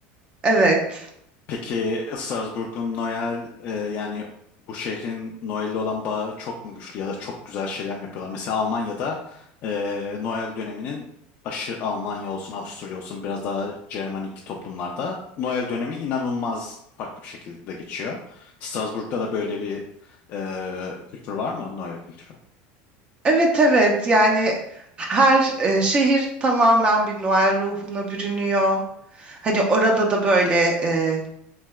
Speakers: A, on the right (about 25°); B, on the left (about 45°).
A: Evet.
B: Peki Strasbourg'un Noel e, yani bu şehrin Noel'le olan bağı çok mu güçlü ya da çok güzel şeyler mi yapıyorlar? Mesela Almanya'da e, Noel döneminin aşı Almanya olsun Avusturya olsun biraz daha Cermanik toplumlarda Noel dönemi inanılmaz farklı bir şekilde geçiyor. Strasbourg'da da böyle bir e, kültür var mı? Noel kültürü.
A: Evet evet yani her e, şehir tamamen bir Noel ruhuna bürünüyor. Hani orada da böyle e,